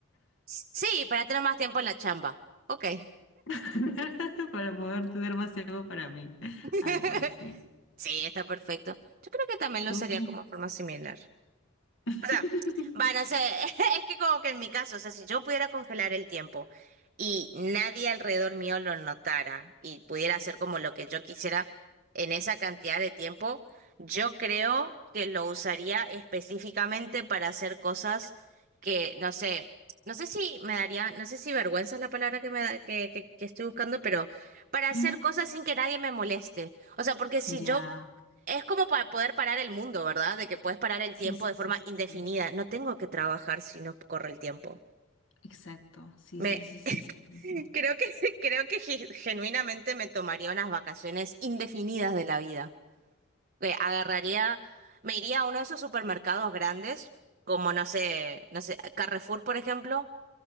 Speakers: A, on the right (about 45°); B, on the left (about 65°).
A: sí, para tener más tiempo en la chamba. Ok.
B: <laughs> Para poder tener más tiempo para mí. Algo
A: <laughs>
B: así.
A: Sí, está perfecto. Yo creo que también lo
B: Tú,
A: usaría
B: tú.
A: como forma similar.
B: <laughs>
A: O sea, van a ser <laughs> es que como que en mi caso, o sea, si yo pudiera congelar el tiempo y nadie alrededor mío lo notara y pudiera hacer como lo que yo quisiera en esa cantidad de tiempo, yo creo que lo usaría específicamente para hacer cosas que, no sé, no sé si me daría, no sé si vergüenza es la palabra que me da- que, que que estoy buscando, pero para hacer
B: Ujú.
A: cosas sin que nadie me moleste. O sea, porque si
B: Ya.
A: yo es como para poder parar el mundo, ¿verdad? De que puedes parar el
B: Sí,
A: tiempo
B: sí,
A: de forma
B: sí, sí,
A: indefinida.
B: sí.
A: No tengo que trabajar si no corre el tiempo.
B: Exacto. Sí,
A: Me
B: sí, sí, sí, sí,
A: <laughs>
B: sí. sí.
A: creo que <laughs> creo que ge- genuinamente me tomaría unas vacaciones indefinidas de la vida. Que agarraría, me iría a uno de esos supermercados grandes, como no sé, no sé, Carrefour, por ejemplo,